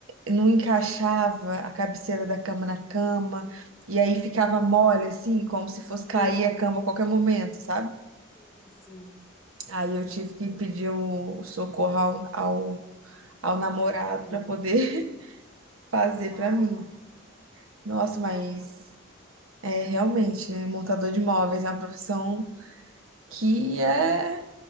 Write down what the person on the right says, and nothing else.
não encaixava, a cabeceira da cama na cama. E aí ficava mole, assim, como se fosse cair
a cama a qualquer momento, sabe?
Aí eu tive que pedir o socorro ao, ao, ao
namorado
para poder <laughs> fazer
para mim.
Nossa, mas
é realmente, né? Montador de móveis é uma profissão que é